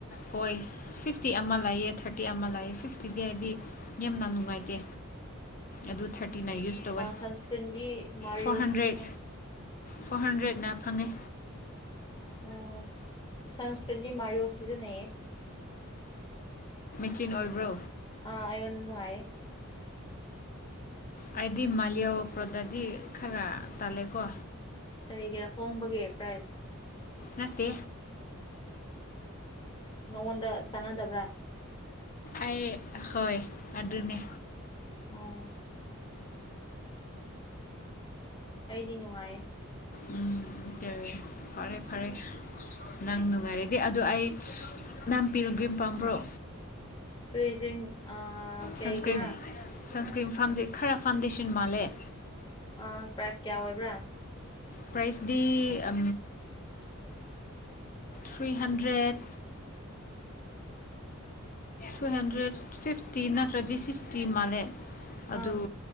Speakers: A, on the left; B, on the left.
A: ꯍꯣꯏ ꯐꯤꯐꯇꯤ ꯑꯃ ꯂꯩꯑꯦ ꯊꯥꯔꯇꯤ ꯑꯃ ꯂꯩꯑꯦ ꯐꯤꯐꯇꯤꯗꯤ ꯍꯥꯏꯗꯤ ꯌꯥꯝꯅ ꯅꯨꯡꯉꯥꯏꯇꯦ ꯑꯗꯨ ꯊꯥꯔꯇꯤ ꯅꯥ ꯌꯨꯁ ꯇꯧꯋꯦ
B: ꯁꯟꯁꯀ꯭ꯔꯤꯟꯒꯤ ꯃꯥꯔꯤꯌꯣ
A: ꯐꯣꯔ ꯍꯟꯗ꯭ꯔꯦꯠ
B: ꯁꯤꯖꯤꯟꯅꯩ
A: ꯐꯣꯔ ꯍꯟꯗ꯭ꯔꯦꯠꯅ ꯐꯪꯉꯦ
B: ꯑꯣ ꯁꯟꯁꯀ꯭ꯔꯤꯟꯗꯤ ꯃꯌꯣ ꯁꯤꯖꯤꯟꯅꯩꯌꯦ
A: ꯆꯤꯟ ꯑꯣꯏꯕ꯭ꯔꯣ
B: ꯑꯥ ꯑꯩꯣꯟꯅꯅꯨꯡ ꯍꯥꯏꯑ
A: ꯑꯩꯗꯤ ꯃꯥ ꯄ꯭ꯔꯣꯗꯗꯤ ꯈꯔ ꯇꯥꯜꯂꯦꯀꯣ
B: ꯀꯔꯤꯒꯤꯔꯥ ꯍꯣꯡꯕꯒꯦ ꯄ꯭ꯔꯥꯏꯁ
A: ꯅꯠꯇꯦ
B: ꯅꯉꯣꯟꯗ ꯆꯥꯟꯅꯗꯕ꯭ꯔꯥ
A: ꯑꯩ ꯍꯣꯏ ꯑꯗꯨꯅꯦ
B: ꯑꯣꯝ ꯑꯩꯗꯤ ꯅꯨꯡꯉꯥꯏꯌꯦ
A: ꯎꯝ ꯎ ꯐꯔꯦ ꯐꯔꯦ ꯅꯪ
B: ꯎꯝ
A: ꯅꯨꯡꯉꯥꯏꯔꯗꯤ ꯑꯗꯨ ꯑꯩ ꯅꯥꯝꯄꯤꯔꯨꯒ꯭ ꯄꯥꯝꯕ꯭ꯔꯣ
B: ꯀꯔꯤ ꯑ ꯀꯩ
A: ꯁꯟꯁꯀ꯭ꯔꯤꯟ
B: ꯀꯔꯥ
A: ꯁꯟꯁꯀ꯭ꯔꯤꯟ ꯐꯗ ꯈꯔ ꯐꯥꯎꯟꯗꯦꯁꯟ ꯃꯥꯜꯂꯦ
B: ꯑꯥ ꯄ꯭ꯔꯥꯏꯁ ꯀꯌꯥ ꯑꯣꯏꯕ꯭ꯔꯥ
A: ꯄ꯭ꯔꯥꯏꯁꯗꯤ ꯎ three hundred two hundred fifty ꯅꯠꯇ꯭ꯔꯗꯤ ꯁꯤꯛꯁꯇꯤ ꯃꯥꯜꯂꯦ
B: ꯑꯥ
A: ꯑꯗꯨ